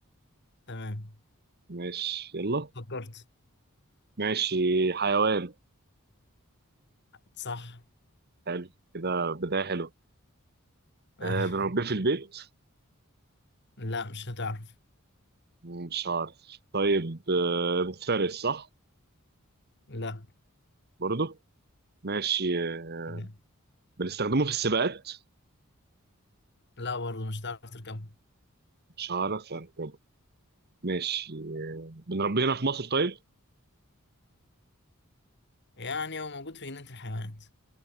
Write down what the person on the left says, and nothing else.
تمام
فكرت
صح
أيوة.
لا مش هتعرف
لا
لا
لا برضه مش هتعرف تركبه
يعني هو موجود في جنينة الحيوانات